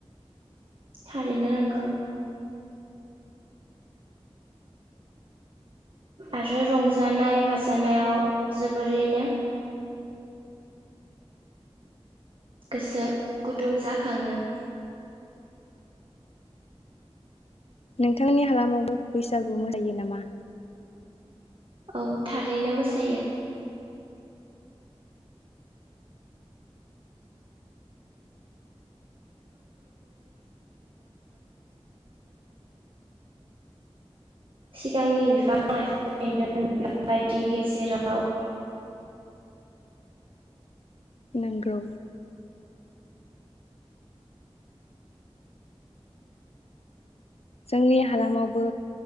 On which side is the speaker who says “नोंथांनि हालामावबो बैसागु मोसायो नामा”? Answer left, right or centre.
Left